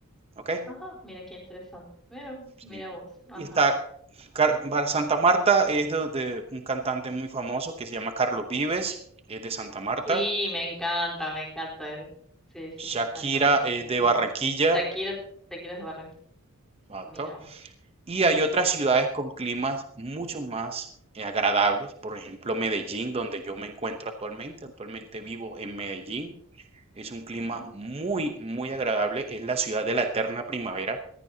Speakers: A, on the right; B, in the centre.
A: ¿Ok?
B: Ajá, mira qué interesante. Mira,
A: Sí.
B: mira vos. Ajá.
A: Y está Car- Bar- Santa Marta, es de, de un cantante muy famoso que se llama Carlos Vives, es de Santa Marta.
B: Sí, me encanta, me encanta él. Sí, sí,
A: Shakira
B: me encantan las canciones
A: es de
B: de
A: Barranquilla,
B: él. Shakira, Shakira es de Barranquilla.
A: exacto.
B: Mira vos.
A: Y hay otras ciudades con climas mucho más eh, agradables, por ejemplo Medellín, donde yo me encuentro actualmente. Actualmente vivo en Medellín. Es un clima
B: Ujú.
A: muy, muy agradable. Es la ciudad de la eterna primavera.